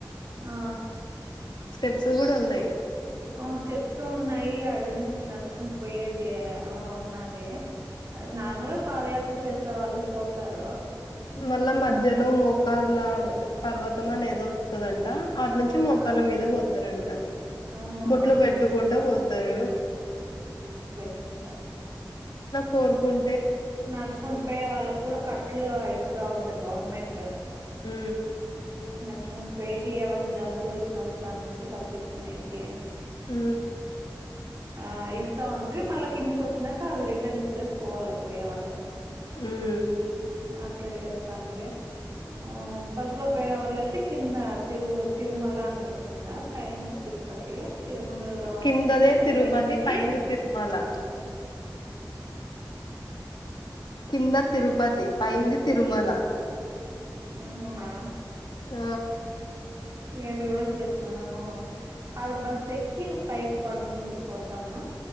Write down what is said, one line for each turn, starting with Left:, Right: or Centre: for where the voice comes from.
Right: ఆ
Left: స్టెప్స్ కూడా ఉన్నయ్
Right: ఆ స్టెప్స్ ఉన్నయి అడవి నుంచి నడుచుకుంటూ పోయేది ఆ ఉన్నది. నార్మల్ గా పాదయాత్ర సేసే వాళ్ళు పోతారు.
Left: మళ్ళా మధ్యలో మోకాళ్ళ పర్వతం అనేదో వస్తదంట. ఆటి నుంచి మోకాళ్ళ
Right: ఆ
Left: మీద పోతారంట.
Right: ఉ అవును
Left: బొట్లు పెట్టుకుంటా పోతారు.
Right: ట్టుంట
Left: కోరుకుం
Right: నడుచుకుంటూ పోయే వాళ్ళకి కూడా కట్లు ఇస్తా ఉండ గవర్నమెంట్
Left: ఉ
Right: నడుచుకుంటూ పోయేకి ఎవరినా జంతువులు వచ్చినప్పుడు దాని నుంచి తప్పించుకుని ఎక్కి
Left: ఊ
Right: ఆ ఇస్తావుండ్రి మళ్ళా కిందికి వచ్చినాక అవి రిటర్న్ ఇచ్చేసి పోవాల పోయే వాళ్ళ
Left: ఉమ్
Right: అట్ల చేస్తాండ్రి ఒ బస్ లో పోయే వాళ్ళ అయితే కింద తిరుగు తిరుమల అంటారు కింద. పయింది తిరుపతి తిరుమలలో
Left: కిందదే
Right: అక్కడ
Left: తిరుపతి
Right: ట్రైన్ దికి
Left: పైంది తిరుమల కింద తిరుపతి పైంది తిరుమల
Right: ఊనా
Left: ఆ
Right: ఏంది రివర్స్ చెప్పినవ్ అడ బస్ ఎక్కి పైకి కొండ మిందికి పోతాం.